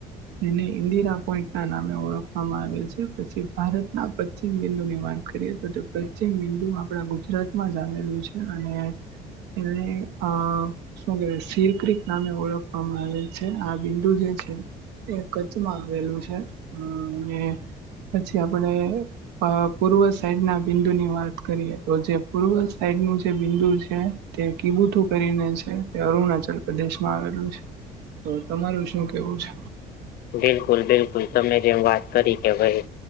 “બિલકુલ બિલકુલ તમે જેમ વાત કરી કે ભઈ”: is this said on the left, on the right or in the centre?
Left